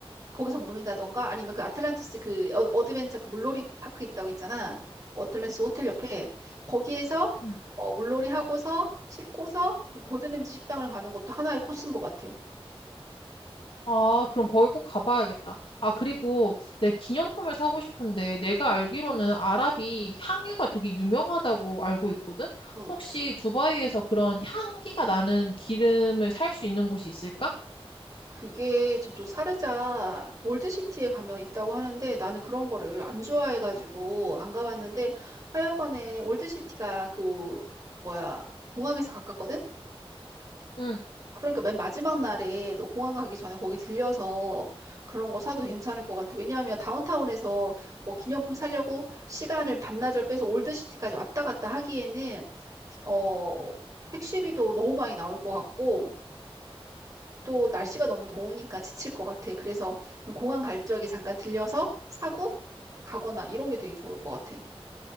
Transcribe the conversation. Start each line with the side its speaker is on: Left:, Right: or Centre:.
Right: 거기서 먹는다던가 아니면 그 아틀란티스 그 어- 어드벤처 그 물놀이 파크 있다고 했잖아. 뭐 어틀란티스 호텔 옆에 거기에서
Left: 응.
Right: 어, 물놀이 하고서 씻고서 그 고든램지 식당을 가는 것도 하나의 코스인 것 같아.
Left: 아, 그럼 거기 꼭 가봐야겠다. 아, 그리고 내 기념품을 사고 싶은데 내가 알기로는 아랍이 향유가 되게 유명하다고 알고 있거든?
Right: 응,
Left: 혹시 두바이에서 그런 향기가 나는 기름을 살 수 있는 곳이 있을까?
Right: 그게 저쪽 사르자 올드시티에 가면 있다고 하는데 나는 그런 거를 안 좋아해가지고 안 가봤는데 하여간에 올드시티가 그 뭐야 공항에서 가깝거든?
Left: 응,
Right: 그러니까 맨 마지막 날에 너 공항 가기 전에 거기 들려서 그런 거 사도 괜찮을 것 같아. 왜냐하면 다운타운에서 뭐 기념품 사려고 시간을 반나절 빼서 올드시티까지 왔다 갔다 하기에는 어 택시비도 너무 많이 나올 것 같고 또 날씨가 너무 더우니까 지칠 것 같아. 그래서 그냥 공항 갈 적에 잠깐 들려서 사고 가거나 이런 게 되게 좋을 것 같아.